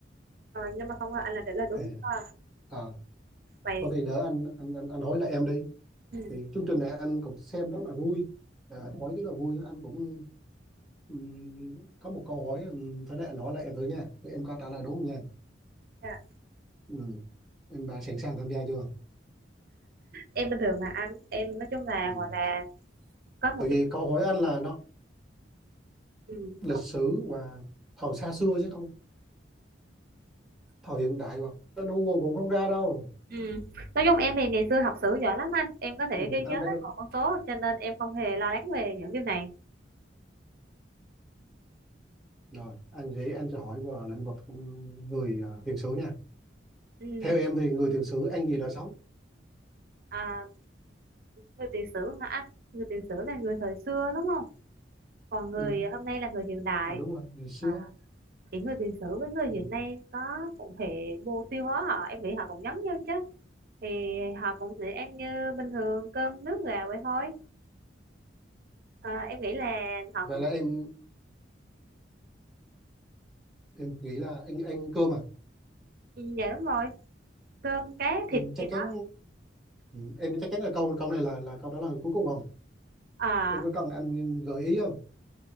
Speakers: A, on the right; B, in the centre.
A: rồi nhưng mà không ngờ anh là trả lời đúng
B: à,
A: à,
B: à
A: vậy
B: thôi thì đỡ anh anh anh, anh hỏi lại em đi
A: ừ.
B: thì chương trình này anh cũng xem rất là vui à, hỏi rất là vui anh cũng ừm, có một câu hỏi um, thế này anh hỏi lại em thử nha Thì em có trả lời đúng không nha
A: dạ.
B: Ừm, em bà sẵn sàng tham gia chưa
A: em bình thường mà anh em nói chung là
B: Ừm,
A: gọi là có một
B: tại vì
A: cái
B: câu hỏi anh là nó
A: ừ.
B: lịch sử và thời xa xưa chứ không thời hiện đại và nó Google cũng không ra đâu
A: Ừ. nói chung em thì ngày xưa học sử giỏi lắm anh em có thể
B: Ừm,
A: ghi
B: anh
A: nhớ
B: phải
A: hết một con số cho nên em không hề lo lắng về những điều này
B: Rồi, anh vậy anh sẽ hỏi vào lĩnh vực ừ, người ờ, tiền sử nha.
A: ừ.
B: Theo em thì người tiền sử ăn gì đời sống?
A: à, người tiền sử hả người tiền sử là người thời xưa đúng không còn người
B: Ừ.
A: hôm nay là người hiện đại
B: ờ, đúng rồi, ngày xưa.
A: à, thì người tiền sử với người
B: Ừ.
A: hiện nay có cũng hệ mô tiêu hóa họ em nghĩ họ cũng giống nhau chứ thì họ cũng sẽ ăn như bình thường cơm nước gà vậy thôi à, em nghĩ là họ
B: Vậy
A: cũng
B: là em em nghĩ là anh ăn cơm à?
A: Ừ, dạ đúng rồi cơm cá
B: Em
A: thịt
B: chắc
A: gì
B: chắn
A: đó
B: ừ, em chắc chắn là câu câu này là là câu trả lời cuối cùng không?
A: à
B: Em có cần anh gợi ý không?